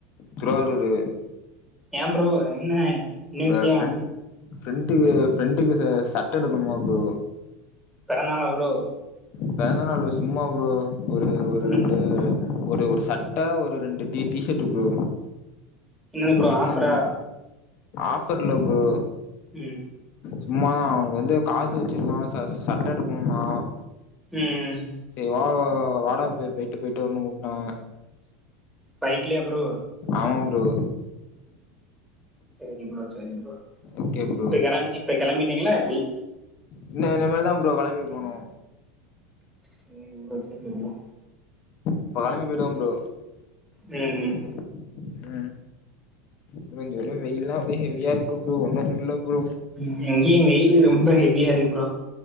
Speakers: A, on the left (about 50°); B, in the centre.
A: திருவாடூரு.
B: ஏ ப்ரோ என்ன?
A: அங்க
B: விஷயோ
A: ஃப்ரெண் ஃப்ரெண்ட்டுக்கு ஃப்ரெண்டுக்கு ச சட்ட எடுக்கணுமா ப்ரோ.
B: பெறநாளா ப்ரோ?
A: பெறந்தநாள் ல்ல சும்மா ப்ரோ ஒரு ஒரு
B: ம்
A: ரெண்டு ரெ ஒரு ஒரு சட்ட ஒரு ரெண்டு டீ டீ ஷெர்ட்டு ப்ரோ
B: என்னது ப்ரோ
A: எடுக்கலான்
B: ஆஃபரா
A: போணோ. ஆஃபர் இல்ல ப்ரோ.
B: ம்.
A: சும்மாதா அவுனுக்கு வந்து காசு வெச்சிருக்கானா ச சட்ட எடுக்குணுன்னா
B: ம் ம்.
A: சேரி வா வாடா போய் போயிட்டு போயிட்டு வர்ணு கூப்ட்டே.
B: பைக்லியா ப்ரோ?
A: ஆமாம் ப்ரோ.
B: சேரி ப்ரோ செரி ப்ரோ.
A: ஓகே ப்ரோ
B: இப்ப கெளம் இப்ப கெளம்பிட்டீங்களா எப்டி?
A: இல்ல இன்னமேல்தா ப்ரோ கெளம்பி போணு.
B: சேரி ப்ரோ சேரி ப்ரோ.
A: இப்ப கெளம்பி போய்டுவ ப்ரோ.
B: ம் ம்.
A: அ ப்ரோ இங்க ஒரே வெயில்லா ஒரே ஹெவியா இருக்கு ப்ரோ ஒன்னு முட்ல ப்ரோ.
B: ம் இங்கியு வெயிலு ரொம்ப ஹெவியா இருகு ப்ரோ.